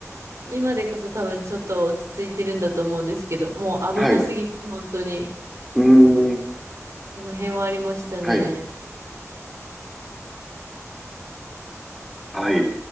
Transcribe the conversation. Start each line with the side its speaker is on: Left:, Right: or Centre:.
Right: 今でこそ多分ちょっと落ち着いてるんだと思うんですけど、もう危なすぎて本当に、
Centre: はい。うーん、
Right: その辺はありましたね。
Centre: はい。はい。